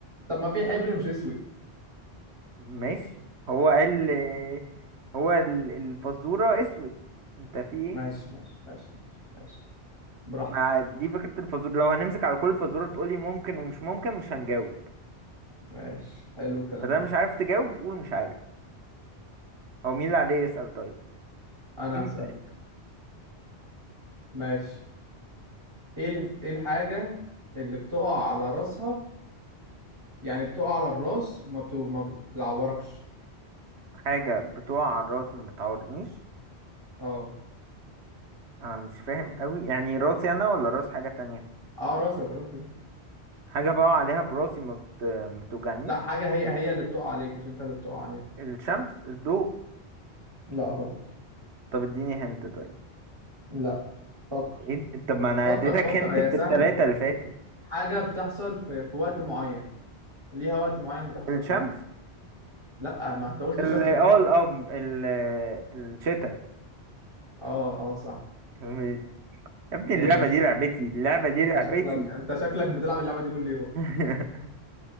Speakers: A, on the right; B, on the right.
A: طب ما في حبر مش أسود
B: ماشي هو قال هو ال- الفزورة اسود انت في ايه
A: ماشي ماشي ماشي ماشي ماشي براحتك
B: مع دي فكرة الفزورة لو هنمسك على كل فزورة تقولي ممكن ومش ممكن مش هنجاوب
A: ماشي حلو الكلام
B: فده
A: ده
B: مش عارف تجاوب قول مش عارف هو مين اللي عليه يسأل طيب
A: انا
B: انت
A: هسألك
B: انت
A: ماشي ايه ال- ايه الحاجة اللي بتقع على راسها يعني بتقع على الراس وما بت... ما بتعوركش
B: حاجة بتقع على الراس وما بتعورنيش
A: اه
B: انا مش فاهم قوي يعني راسي انا ولا راس حاجة تانية
A: اه راسك راسك انت
B: حاجة بقع عليها براسي ما بت- ما بتوجعنيش
A: لا حاجة هي هي اللي بتقع عليك مش انت اللي بتقع عليك
B: الشمس الضوء
A: لا غلط
B: طب اديني هنت طيب
A: لا فكر
B: ايه ده؟ طب ما انا
A: فكر
B: اديتك
A: لا فكر
B: هنت
A: هي
B: في
A: هي سهلة
B: التلاتة اللي فاتوا
A: حاجة بتحصل في في وقت معين ليها وقت معين بتحصل
B: الشمس
A: فيه لا ما انت قلت
B: ال
A: الشمس
B: اه
A: قلت لك لا
B: ال- اه ال الشتاء
A: اه اه صح
B: <laughs> يا ابني
A: ماشي
B: اللعبة دي لعبتي اللعبة دي
A: انت
B: لعبتي
A: هي شكلك انت شكلك بتلعب اللعبة دي كل يوم
B: <laughs>